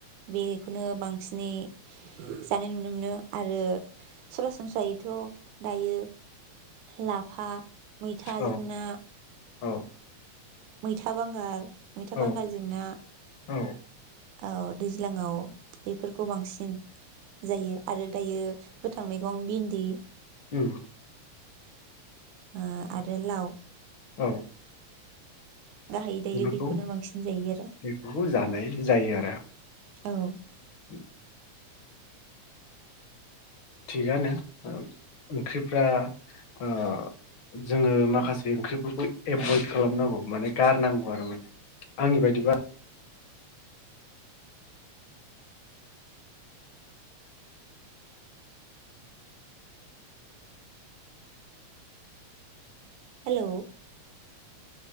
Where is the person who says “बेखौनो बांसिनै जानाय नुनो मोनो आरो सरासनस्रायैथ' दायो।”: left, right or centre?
Right